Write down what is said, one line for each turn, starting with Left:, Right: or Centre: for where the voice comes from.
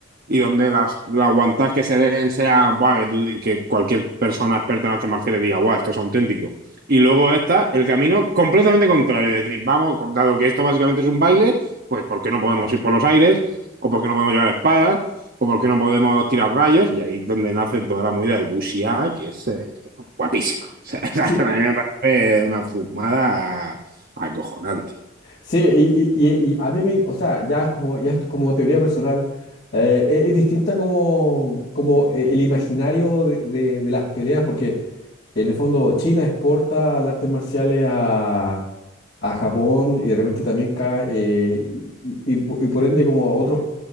Right: y donde las, las guantás que se den sean, "Buah", que, tú- que cualquier persona experta en artes marciales diga, guau, esto es auténtico. Y luego está el camino completamente contrario, es decir, vamos, con- dado que esto básicamente es un baile, pues ¿por qué no podemos ir por los aires? ¿O por qué no podemos llevar espadas? ¿O por qué no podemos tirar rayos? Y ahí es donde nace toda la movida del wuxia, que es, eh, guapísimo. <laughs> O sea,
Left: sí,
Right: a mí me parece una fumada acojonante.
Left: sí, y, y- y- y a mí me, o sea, ya es como, ya esto es como teoría personal. eh, es, es distinta como, como eh, el imaginario de, de- de las peleas, porque en el fondo China exporta las artes marciales a, a Japón y de repente también cae, eh, y, y- y por y por ende como a otros